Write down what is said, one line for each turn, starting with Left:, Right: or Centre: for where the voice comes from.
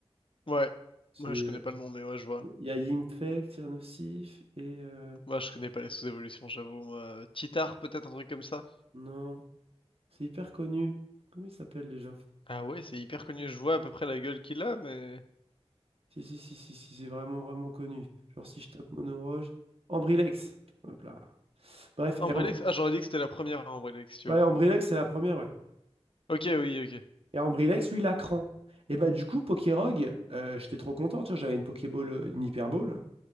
Left: Ouais.
Right: C'est...
Left: Moi
Right: euh,
Left: je connais pas le nom mais ouais je vois.
Right: Il y a Yimfek, Tyrannosif, et... euh,
Left: Moi je connais pas les sous-évolutions j'avoue. Moi Titar peut-être un truc comme ça.
Right: non, c'est hyper connu. Comment il s'appelle déjà?
Left: Ah ouais c'est hyper connu. Je vois à peu près la gueule qu'il a mais.
Right: Si, si, si, si, si, c'est vraiment, vraiment connu. Genre, si je tape monoroche... Ambrilex. Hop là. Bref,
Left: Ambreléx.
Right: et Ambr-
Left: Ah j'aurais dit que c'était la première Ambreléx tu
Right: ouais,
Left: vois.
Right: Ambrilex, c'est la première, ouais.
Left: Ok oui ok.
Right: Et Ambrilex, lui, la cran. Et bah du coup, Pokérog, euh, j'étais trop content, tu vois, j'avais une Pokéball, euh, une Hyperball.